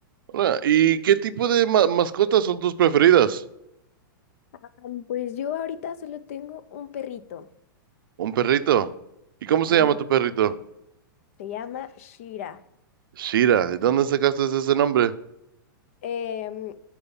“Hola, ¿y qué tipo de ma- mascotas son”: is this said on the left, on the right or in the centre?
Right